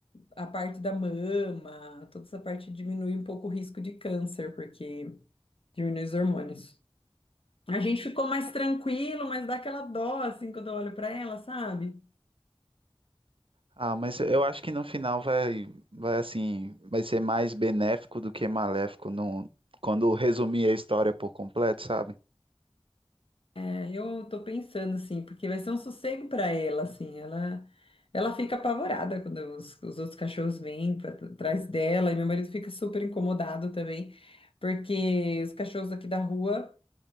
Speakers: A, on the left (about 75°); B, on the right (about 70°).
A: a parte da mama, toda essa parte diminui um pouco o risco de câncer, porque diminui os hormônios. A gente ficou mais tranquilo, mas dá aquela dó, assim, quando eu olho pra ela, sabe?
B: Ah, mas eu acho que no final vai, vai assim, vai ser mais benéfico do que maléfico, não, quando resumir a história por completo, sabe?
A: É, eu tô pensando, assim, porque vai ser um sossego pra ela, assim, ela... Ela fica apavorada quando os, os outros cachorros vêm pra, atrás dela, e meu marido fica super incomodado também, porque os cachorros aqui da rua